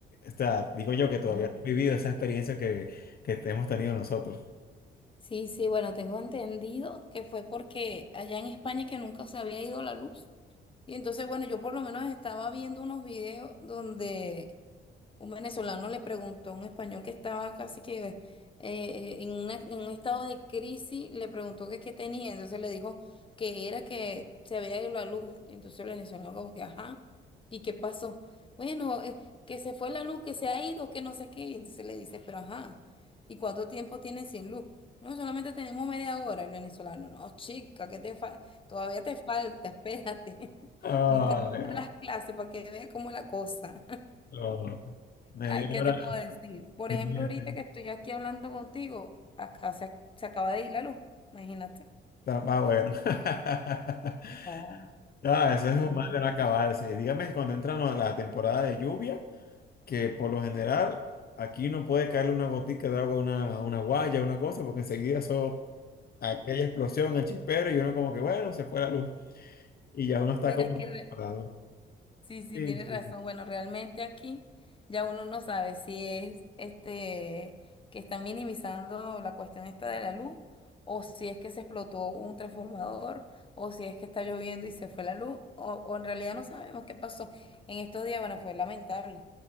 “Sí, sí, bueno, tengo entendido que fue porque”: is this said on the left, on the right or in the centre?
Left